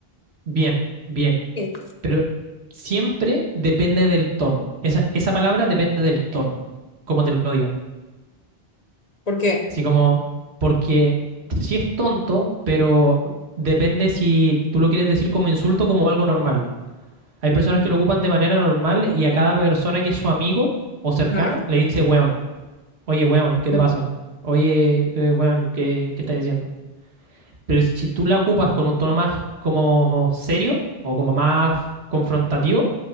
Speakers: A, on the right; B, on the left.
A: Bien, bien,
B: Eh,
A: pero siempre depende del tono. Esa, esa palabra depende del tono, como te lo digan.
B: ¿Por qué?
A: Así como, porque si es tonto, pero depende si tú lo quieres decir como insulto o como algo normal. Hay personas que lo ocupan de manera normal y a cada persona que es su amigo o cercano
B: Ajá.
A: le dice, weón, oye, weón, ¿qué te
B: Mm,
A: pasa? Oye, eh, weón, ¿qué, qué estás haciendo? Pero si tú la ocupas con un tono más como serio o como más confrontativo,